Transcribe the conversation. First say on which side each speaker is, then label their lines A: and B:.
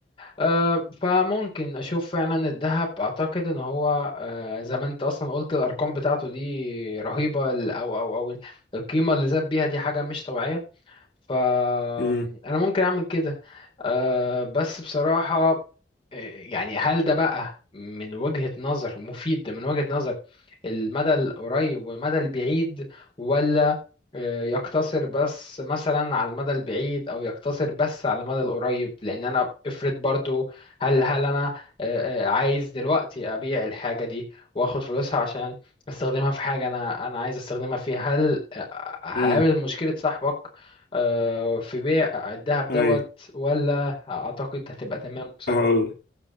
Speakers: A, on the left; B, on the left.
A: أه، فممكن اشوف فعلا الذهب اعتقد ان هو أه، زي ما انت اصلا قلت الارقام بتاعته دي رهيبه ال- او او او القيمه اللي زاد بيها دي حاجه مش طبيعيه فأنا
B: امم
A: ممكن أعمل كده أه بس بصراحة آه، يعني هل ده بقى من وجهة نظر مفيد من وجهة نظر المدى القريب والمدى البعيد ولا آه، يقتصر بس مثلا على المدى البعيد أو يقتصر بس على المدى القريب لأن أنا افرض برضو هل هل أنا آه، آه، عايز دلوقتي أبيع الحاجة دي وآخد فلوسها عشان استخدمها في حاجة أنا أنا عايز استخدمها فيها هل آه، آه، هقابل
B: امم
A: مشكلة صاحبك آه، في بيع الذهب دوت
B: أي
A: ولا اعتقد هتبقى تمام وسهله
B: هقول